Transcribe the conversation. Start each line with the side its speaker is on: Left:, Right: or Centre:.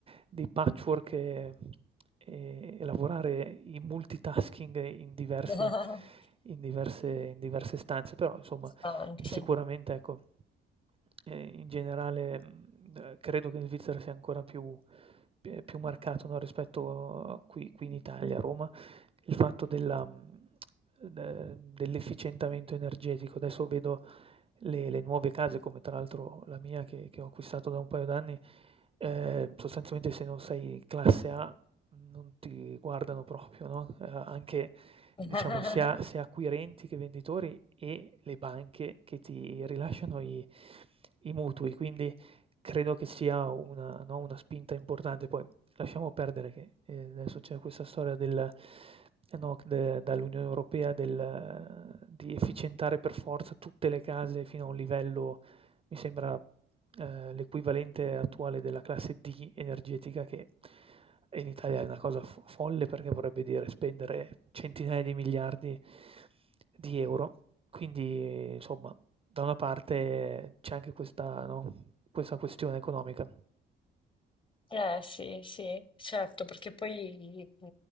Right: di patchwork e e e lavorare in multitasking in diverse
Left: <laughs>
Right: in diverse in diverse stanze. Però insomma,
Left: anche.
Right: sicuramente ecco, ehm, in generale, mhmm, eh, credo che in Svizzera sia ancora più p ehm, più marcato, no, rispetto a qui qui in Italia, a Roma, il fatto della mhmm ehm, dell'efficientamento energetico. Adesso vedo le le nuove case, come tra l'altro la mia che che ho acquistato da un paio d'anni, ehm, sostanzialmente se non sei classe A non ti guardano proprio, no, ehm, anche
Left: <laughs>
Right: diciamo sia sia acquirenti che venditori e le banche che ti rilasciano i i mutui. Quindi credo che sia una, no, una spinta importante. Poi lasciamo perdere che eh, adesso c'è questa storia del, eh, no, de- dall'Unione Europea del, eh, di efficientare per forza tutte le case fino a un livello, mi sembra, eh, l'equivalente attuale della classe D energetica, che in Italia è una cosa fo- folle perché vorrebbe dire spendere centinaia di miliardi di euro quindi insomma, da una parte c'è anche questa, no, questa questione economica.
Left: Eh sì, sì, certo, perché poi mh,